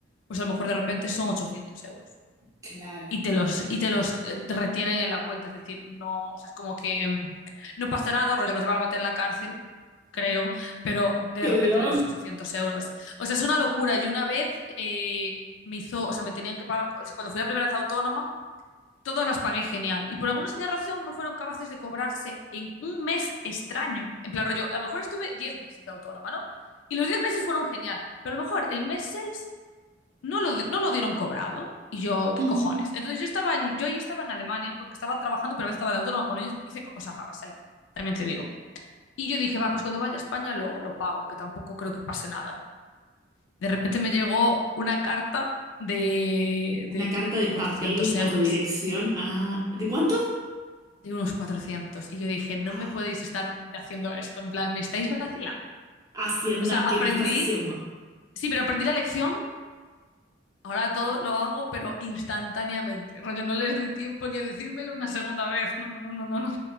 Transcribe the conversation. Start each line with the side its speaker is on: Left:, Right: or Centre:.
Left: pues a lo mejor de repente son 800 euros
Right: Claro.
Left: y te los, y te los eh, retienen en la cuenta. Es decir, no, o sea, es como que mm, no pasa nada, rollo, no te van a meter en la cárcel, creo, pero de
Right: Creo.
Left: repente debes 800 euros. O sea, es una locura. y una vez eh, me hizo, o sea, me tenían que pagar, o sea, cuando fui la primera vez autónoma, todas las pagué genial. Y por alguna señal razón no fueron capaces de cobrarse en un mes extraño. En plan, rollo, a lo mejor estuve 10 meses de autónoma, ¿no? Y los 10 meses fueron genial, pero a lo mejor el mes 6 no lo, no lo dieron cobrado. Y yo,
Right: Ujú.
Left: ¿qué cojones? Entonces yo estaba en, yo ahí estaba en Alemania porque estaba trabajando, pero a veces estaba de autónoma. Bueno, yo hice cosas raras ahí, también te digo. Y yo dije, va, pues cuando vaya a España lo, lo pago, que tampoco creo que pase nada. De repente me llegó una carta de, de
Right: Una
Left: creo
Right: carta
Left: que eran
Right: de papel
Left: 400 euros,
Right: a tu dirección. Ah, ¿de cuánto?
Left: de unos cuatrocientos Y yo dije, no
Right: Ay,
Left: me podéis estar haciendo esto, en plan, me estáis vacilando.
Right: Hacienda,
Left: O sea, aprendí,
Right: ¿qué me estás haciendo?
Left: sí, pero aprendí la lección Ahora todo lo hago, pero instantáneamente. Rollo, no les doy tiempo ni a decírmelo una segunda vez. No, no, no, no, no, no. <laughs> no.